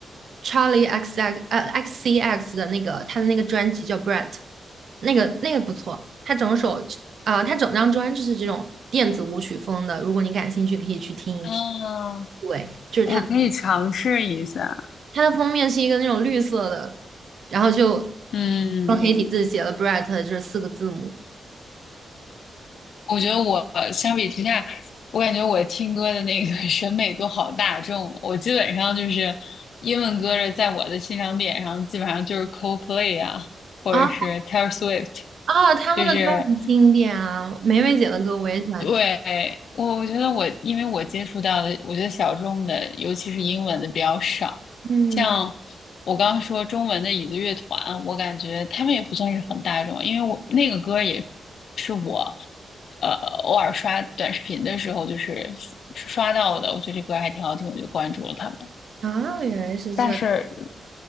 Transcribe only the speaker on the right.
Charlie X X 呃 X C X 的那个他的那个专辑叫 Brett，那个那个不错，他整首啊、呃他整张专就是这种电子舞曲风的，如果你感兴趣可以去听一听。
对，就是他
他的封面是一个那种绿色的，然后就
用黑体字写了 Brett 这四个字母。
啊、
啊，他们的歌很经典啊，
梅梅姐的歌我也喜欢听。
嗯，
啊，原来是这样。